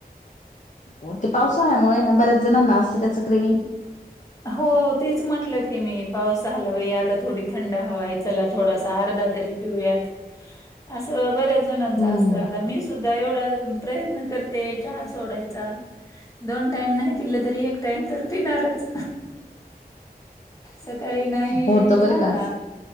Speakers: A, on the left; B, on the left.
A: हो, ते पावसाळ्यामुळे ना, बऱ्याच जणांना त्याचं ग्रेविंग.
B: हो तेच म्हंटलं की मी. पाऊस झाला, पाया आता थोडी थंड हवा आहे. चला, थोडासा अर्धा तरी पिऊयात. असं बऱ्याच जणांचं
A: हम्म
B: असतं, आता मी. सुद्धा एवढा प्रयत्न करते चहा सोडायचा. दोन टाइम नाही पिले तरी, एक टाइम तर पिणारच. सकाळी नाही
A: होत बरं
B: झाला.
A: का असं